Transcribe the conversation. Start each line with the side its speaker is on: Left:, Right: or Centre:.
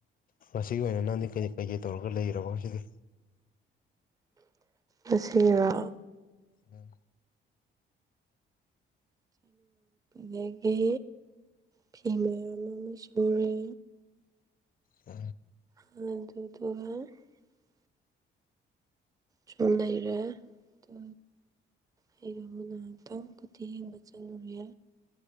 Left: ꯉꯁꯤꯒꯤ ꯑꯣꯏꯅ ꯅꯪꯗꯤ ꯀꯩ ꯀꯩꯀꯩ ꯇꯧꯔꯒ ꯂꯩꯔꯕ ꯉꯁꯤꯗꯤ
Right: ꯃꯁꯤꯔꯣ
Left: ꯎꯝ
Right: ꯂꯒꯦ ꯐꯤ ꯃꯌꯥꯝ ꯑꯃꯅ ꯁꯨꯔꯦ
Left: ꯎ
Right: ꯑꯗꯨ ꯑꯗꯨꯒ <unintelligible> ꯁꯨꯝ ꯂꯩꯔꯦ ꯑꯗꯨ ꯑꯩꯗꯣꯕꯨ ꯉꯥꯏꯍꯥꯛꯇꯪ ꯀꯨꯇꯤ ꯌꯦꯡꯕ ꯆꯠꯂꯨꯔꯦ